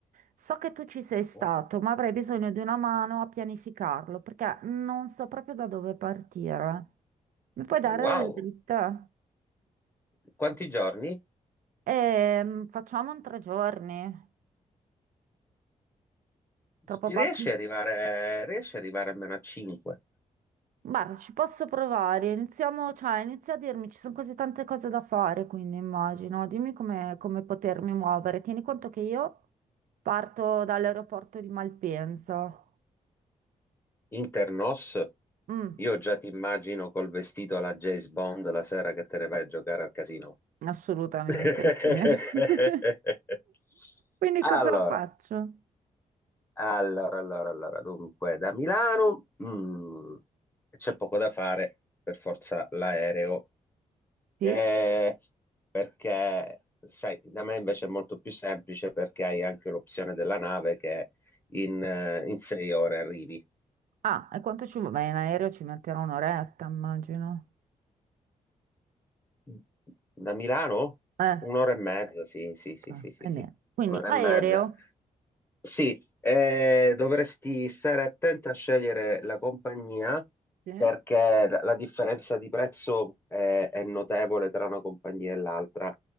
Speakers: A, on the right; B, on the left.
A: So che tu ci sei stato,
B: Oh,
A: ma avrei bisogno di una mano a pianificarlo, perché non so proprio da dove partire. Mi puoi dare
B: Wow,
A: delle dritte?
B: quanti giorni?
A: Ehm, facciamo un tre giorni, troppo
B: Riesci
A: pochi.
B: ad arrivare, riesci ad arrivare almeno a 5?
A: Guarda, ci posso provare. Iniziamo, cioè, inizia a dirmi, ci sono così tante cose da fare, quindi immagino. Dimmi come, come potermi muovere. Tieni conto che io parto dall'aeroporto di Malpensa.
B: Internos?
A: Mm,
B: Io già ti immagino col vestito alla James Bond la sera che te ne vai a giocare al casino.
A: assolutamente
B: <laughs>
A: sì. <laughs> Quindi
B: Allora,
A: cosa faccio?
B: allora, allora, allora, dunque, da Milano mm, c'è poco da fare, per forza l'aereo
A: Sì?
B: Eh, perché, sai, da me invece è molto più semplice perché hai anche l'opzione della nave che in, eh, in sei ore arrivi.
A: Ah, e quanto ci vuole? Beh, in aereo ci metterò un'oretta, immagino.
B: Da Milano?
A: Eh,
B: Un'ora e mezza, sì, sì, sì,
A: ok,
B: sì, sì,
A: e
B: sì.
A: niente. Quindi
B: Un'ora
A: aereo.
B: e mezza. Sì, eh, dovresti stare attenta a scegliere la compagnia
A: Sì?
B: perché la la differenza di prezzo è, è notevole tra una compagnia e l'altra.